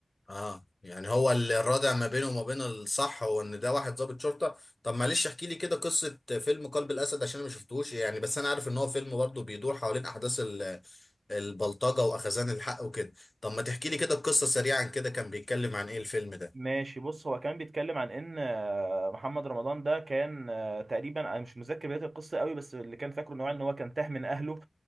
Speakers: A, on the left; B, on the right.
A: اه يعني هو اللي الرادع ما بينه وما بين الصح هو ان ده واحد ضابط شرطه طب معلش احكي لي كده قصه فيلم قلب الاسد عشان انا ما شفتوش يعني بس انا عارف ان هو فيلم برضه بيدور حوالين احداث ال- البلطجه واخذان الحق وكده طب ما تحكي لي كده القصه سريعا كده كان بيتكلم عن ايه الفيلم ده
B: ماشي بص هو كان بيتكلم عن ان آه، محمد رمضان ده كان آه، تقريبا انا مش متذكر بدايه القصه قوي بس اللي كان فاكره ان هو ان هو كان تاه من اهله